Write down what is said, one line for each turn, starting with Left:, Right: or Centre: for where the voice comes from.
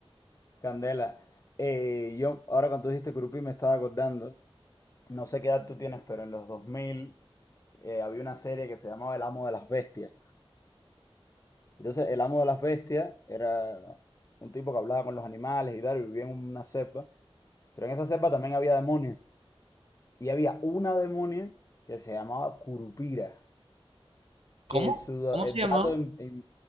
Left: Candela. Eh, yo, ahora cuando tú dijiste curupí me estaba acordando, no sé qué edad tú tienes, pero en los 2000 eh, había una serie que se llamaba El Amo de las Bestias. Entonces, el Amo de las Bestias era un tipo que hablaba con los animales y tal, y vivía en una cepa. Pero en esa selva también había demonios. Y había una demonia que se llamaba Curupira.
Right: ¿Cómo?
Left: Que su
Right: ¿Cómo
Left: el
Right: se llamaba?
Left: dato en, en